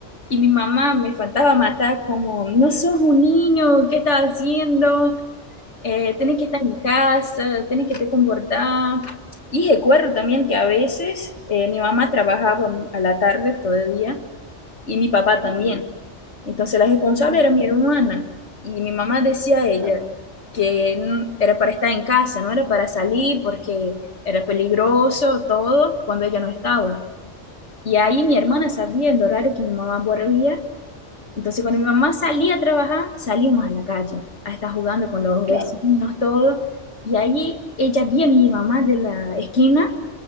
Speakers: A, on the left (about 70°); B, on the right (about 65°).
A: y mi mamá me faltaba matar como, no sos un niño, ¿qué estás haciendo? Eh, tenés que estar en casa, tenés que te comportar. Y recuerdo también que a veces eh, mi mamá trabajaba a la tarde todo el día y mi papá también.
B: -huh.
A: Entonces la responsable
B: mm,
A: era mi hermana y mi mamá decía a ella
B: claro,
A: que n- era para estar en casa, no era para salir porque era peligroso todo cuando ella no estaba. Y ahí mi hermana sabía el horario que mi mamá volvía, entonces cuando mi mamá salía a trabajar, salíamos a la calle a estar jugando con los
B: claro.
A: vecinos, todo. Y ahí ella vio a mi mamá de la esquina